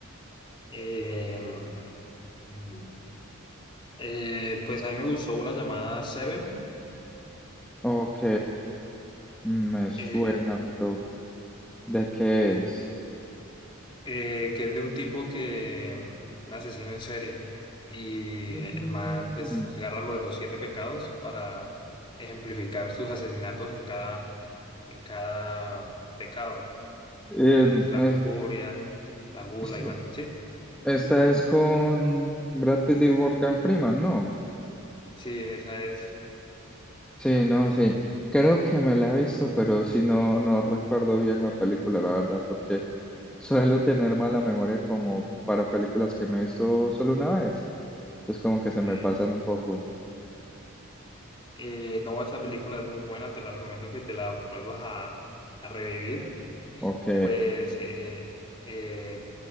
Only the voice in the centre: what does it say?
Ok, me suena,
pero ¿de qué es?
Mm,
em,
es-
este-
esta es con Brad Pitt y Morgan Freeman, ¿no?
Sí, no, sí. Creo que me la he visto, pero si no, no recuerdo bien la película, la verdad, porque suelo tener mala memoria como para películas que me he visto solo una vez. Entonces como que
se me pasan un poco.
Ok,